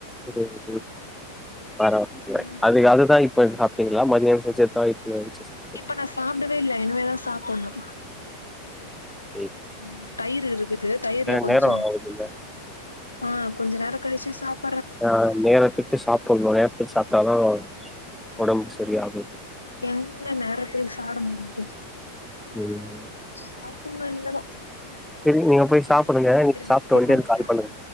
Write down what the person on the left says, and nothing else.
ம்
இப்ப நான் சாப்பிடவே இல்லை இனிவேதான் சாப்பிடணும்
உம் தயிர் இருக்குது தயிர்ல கொஞ்சோம்
ஆஹ் கொஞ்ச நேர கழிச்சு சாப்
எங்கங்க நேரத்துக் சாப்ட முடியுது
சாப்பிடணு இனிமே தா
இருங்க
அப்றோ
பண்றே